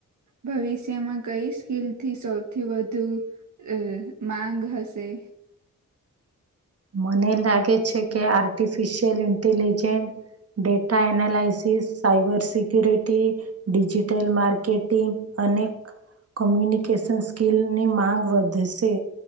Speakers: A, on the right; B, on the right.
A: ભવિષ્યમાં કઈ સ્કીલથી સૌથી વધુ અ માંગ હશે
B: મને લાગે છે કે artificial intelligent data analysis cybers security digital marketing અનેક કોમ્યુનિકેશન સ્કીિલની માંગ વધશે